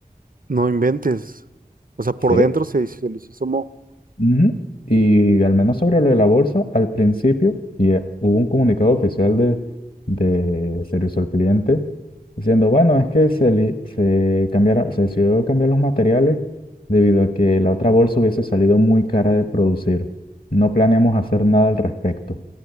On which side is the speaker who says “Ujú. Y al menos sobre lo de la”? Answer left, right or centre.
Left